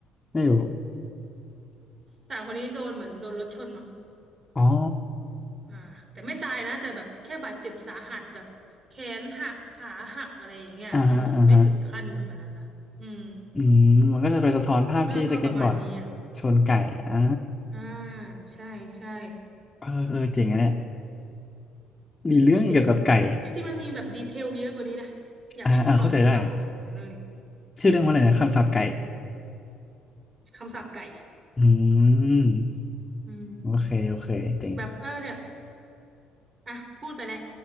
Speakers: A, on the left; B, on the right.
A: ไม่รู้
B: สาวคนนี้โดนเหมือนโดนรถชนมั้ง
A: อ๋อ
B: อ่าแต่ไม่ตายนะแต่แบบแค่บาดเจ็บสาหัสแบบแขนหักขาหักอะไรอย่างเงี้ยยังแบบไม่ถึงขั้นแบบอันนั้นนะอืม
A: อ่าฮะอ่าฮะอืมมันก็จะไปสะท้อนภาพที่สเก็ตบอร์ด
B: เรื่องก็ประมาณนี้อ่ะ
A: ชนไก่อ่า
B: อ่าใช่ใช่
A: เออเออเจ๋งอะเนี่ย มีเรื่องเกี่ยวกับไก่
B: เจริงจริงจริงๆมันมีแบบดีเทลเยอะกว่านี้นะอยากให้คุณลองไปฟังนะเรื่องนี้
A: อ่าอ่าเข้าใจได้ชื่อเรื่องว่าอะไรนะคำสาปไก่
B: อืมคำศัพท์ไก่
A: อืม
B: อืม
A: โอเคโอเค เจ๋ง
B: แบบเออเนี่ยอ่ะพูดไปแล้ว